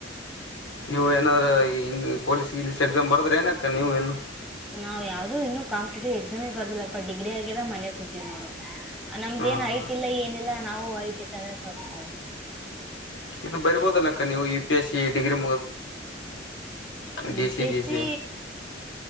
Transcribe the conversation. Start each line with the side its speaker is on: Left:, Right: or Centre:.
Left: ನೀವು ಏನಾದ್ರ ಹಂಗ ಪೊಲೀಸ್ ಇಲೀಸ್ ಎಕ್ಸಾಮ್ ಬರದ್ರೆ ಏನಕ್ಕ ನೀವು ಏನು
Centre: ನಾವ್ ಯಾವ್ದು ಇನ್ನುೂ ಕಾಂಪಿಟೇಟಿವ್ ಎಕ್ಸಾಮಿ ಬರ್ದಿಲ್ಲಪ್ಪ ಡಿಗ್ರಿ ಆಗ್ಯಿದ ಮನ್ಯ ಕುೂತೀವಿ ನೋಡು ನಮ್ದ
Left: ಹಾ
Centre: ಏನ್
Left: ಹಾ
Centre: ಐಟ್ ಇಲ್ಲ ಏನಿಲ್ಲ ನಾವು ಐಟ್ ಇತ್ತ್ರೆ ಸ್ವಲ್ಪು
Left: ಇದು ಬರಿಬೋದ ಅಲ್ಲಕ್ಕ ನೀವು U P S C degree
Centre: UPSC
Left: D C ಗೀಸಿ